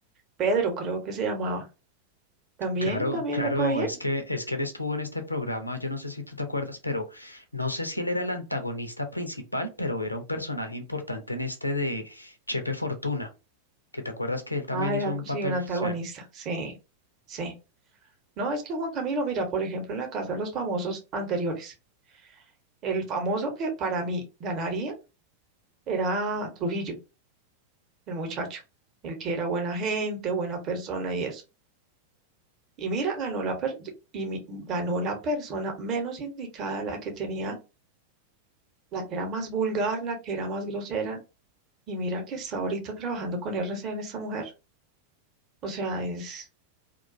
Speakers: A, on the right (about 35°); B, on the left (about 80°).
A: Pedro creo que se llamaba, también,
B: Claro,
A: también
B: claro,
A: le fue bien.
B: es que es que él estuvo en este programa, yo no sé si tú te acuerdas, pero no sé si él era el antagonista principal, pero era un personaje importante en este de Chepe Fortuna, que te acuerdas que él también
A: Ah, era
B: hizo un
A: sí,
B: papel,
A: un antagonista,
B: sí.
A: sí, sí. No, es que Juan Camilo, mira, por ejemplo, en la casa de los famosos anteriores, el famoso que para mí ganaría era Trujillo, el muchacho, el que era buena gente, buena persona y eso. Y mira, ganó la, per- y mi- ganó la persona menos indicada, la que tenía, la que era más vulgar, la que era más grosera, Y mira que está ahorita trabajando con R C RCN esta mujer. O sea, es